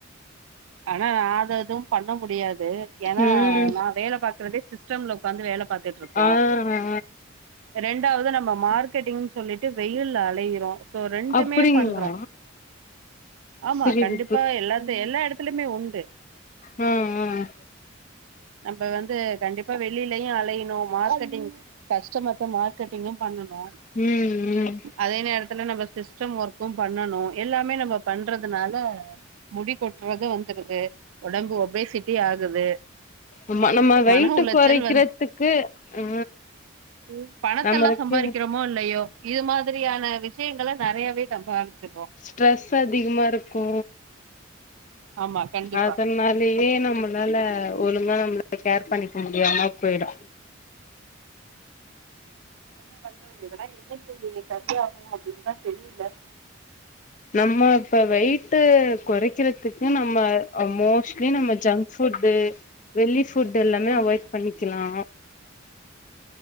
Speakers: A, on the right; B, on the left.
A: ஆனா நா அது எது பண்ண முடியாது எனா
B: ம்
A: நா வேல பாக்குறதே சிஸ்டம்ல உக்காந்து வேல பாத்துட்ருப்போ
B: ஆ ஆ
A: ரெண்டாவது நம்ப மார்க்கெட்டிங்னு சொல்லிட்டு வெயில்ல அலையிறோ சோ ரெண்டுமே
B: அப்டிங்களா
A: பண்றோ ஆமா
B: புரியுது
A: கண்டிப்பா எல்லாரு எல்லா இடத்துலயுமே உண்டு
B: ம் ம்
A: நம்ப வந்து கண்டிப்பா வெளிலயு அலைணு மார்க்கட்டிங் கஸ்டமர்ட்ட மார்க்கெட்டிங்கு பண்ணனு
B: ம் ம்
A: அதே நேரத்துல நம்ம சிஸ்டம் ஒர்க்கு பண்ணனு எல்லாமே நம்ப பண்றதுனால முடி கொட்டுறது வந்துருது ஒடம்பு ஒபேசிட் டி ஆகுது
B: ஆமா நம்ம வெயிட்டு
A: மன உளைச்சல்
B: கொறைக்கிறதுக்கு ஆ
A: ம் பணத்தெல்லா
B: நம்மளுக்கு
A: சம்பாரிக்குறப் மோ இல்லயோ இது மாதிரியான விஷயங்கல நறையாவே சம்பாரிச்சிருவோ
B: ஸ்ட்ரெஸ் அதிகமா இருக்கு
A: ஆமா கண்டிப்பா
B: அதனாலயே நம்மளால ஒழுங்கா நம்மள கேர் பண்ணிக்க முடியாம போய்டு
A: என்ன பண்றது இதெல்லா என்னிக்கி இங்க செரியாகு அப்டின்தா தெரில
B: நம்ம இப்ப வெயிட்டு கொறைக்கிறதுக் நம்ம ஆ மோஸ்ட்லி நம்ம ஜங்க் ஃபுட்டு வெளி ஃபுட் எல்லாமே
A: ம்
B: அவாய்ட் பண்ணிக்கலா